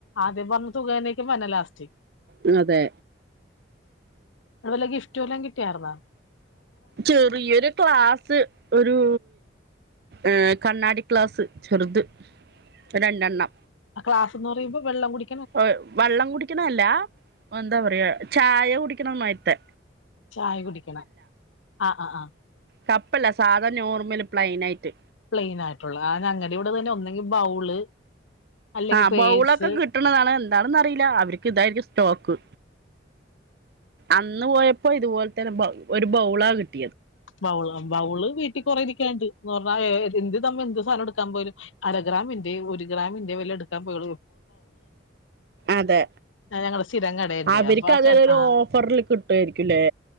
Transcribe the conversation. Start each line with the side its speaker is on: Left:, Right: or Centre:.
Left: ആദ്യം പറഞ്ഞ് തൂകാനേക്കും വര്നം ലാസ്റ്റ്
Right: മ് അതെ
Left: അതുപല്ല ഗിഫ്റ്റ് വല്ലൊം കിട്ടിയാർന്നാ
Right: ചെറിയൊരു ക്ലാസ് ഒരു ഏഹ് കണ്ണാടി ക്ലാസ് ചെറുത് രണ്ടെണ്ണം
Left: ക്ലാസ് ന്ന് പറയുമ്പോ വെള്ളം കുടി
Right: വ വള്ളം കുടിക്കണല്ലാ എന്താ പറയാ ചായ കുടിക്കണമാരിത്തെ
Left: ചായ കുടിക്കണം ആഹ് ആഹ് ആഹ്
Right: കപ്പല്ല സാധാ നോർമല് പ്ലൈൻ ആയ്ട്ട്
Left: പ്ലെയിൻ ആയിട്ടുള്ള അങ്ങടെ ഇവടന്നന്നെ ഒന്നെങ്കിൽ ബൗള് അല്ലെങ്കിൽ
Right: ആഹ്
Left: പേഴ്സ്
Right: ബൗളൊക്കെ കിട്ടണതാണ് എന്താണെന്ന് അറിയില്ല അവർക്ക് ഇതായിരിക്കും സ്റ്റോക്ക്. അന്ന് പോയപ്പോ ഇതുപോൽത്തര ബൗ ഒരു ബൗളാ കിട്ട
Left: ബൗള് ബൗള് വീട്ടിൽ കെറേ ഇരിക്കാ ണ്ട് എന്ന് പറഞ്ഞാൽ എന്ത് പ്പ നമ്മൾ എന്ത് സാനം എടുക്കാൻ പോയാലും അര ഗ്രാമിന്റെ ഒരു ഗ്രാമിന്റെ വല്ല എടുക്കാൻ പോയോ
Right: അതെ
Left: ഞങ്ങളുടെ സ്ഥിരം കടയുണ്ട്
Right: അവർക്ക്
Left: അപ്പൊ ആ
Right: അതെരു
Left: ചെ ആ
Right: ഓഫറ്‌ല് കിട്ടായിരിക്കുല്ലേ?